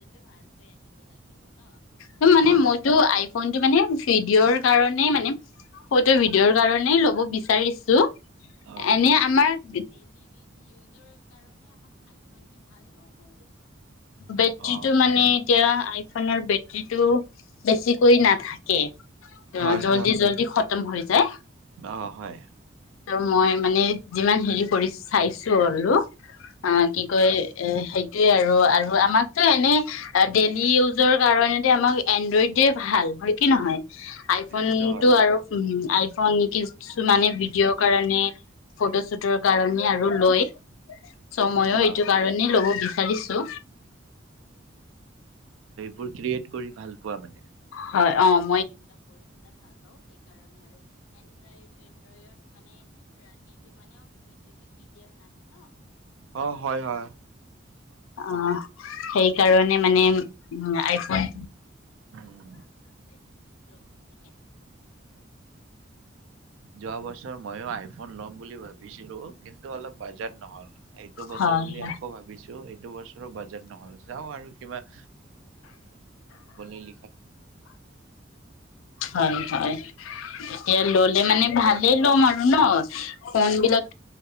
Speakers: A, on the left; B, on the right.
A: তো মানে
B: অ
A: মইতটো আইফোনটো মানে ভিডিঅ'ৰ কাৰণ, নাই মানে ফটো ভিডিঅ'ৰ কাৰণে ল'ব বিচাৰিছো।
B: অ
A: এনেই আমাৰ নাই! বেটীটো
B: অ
A: মানে এতিয়া, আইফোনৰ বেটৰীটো বেছিকৈ নাথাকে।
B: হয়
A: অ' জল্দি
B: হয়
A: জল্দি খতম হৈ যায়।
B: অ হয়
A: ত মই মানে যিমান হেৰি কৰি চাইছো হ'লো। অ' কি কয় এই এইয়ে আৰু, আৰু আমাকতো এনে ডেইলি ইউজৰ কাৰণে এনড্ৰইডয়ে ভাল, হয় কি নহয়? আইফোন
B: সেইটোতো হয়
A: টো আৰু আই ফোন কিছুমানে বি ভিডিঅ'ৰ কাৰণে ফটোশ্বুটৰ কাৰণে আৰু লয় চ' ময়ো এইটো
B: অ
A: কাৰণেই লব বিচাৰিছো।
B: বোৰ ক্ৰিয়েট কৰি ভাল পোৱা মানে
A: হয় অম!
B: অ হয় হয়!
A: অ, সেইকাৰণে মানে আই ফোন,
B: উম যোৱা বছৰ ময়ো আইফোন লম বুলি ভাবিছিলো। কিন্তু অলপ বাজেত নহল এইটো বছৰ
A: হয়
B: বুলি
A: হয়।
B: আকৌ ভাবিছো! দুবচ বাজেট নহল চাও আৰু কিবা নাই,
A: হয় হয়! ই মানে ভালে ল'ম আৰু ন ফোন বিলাক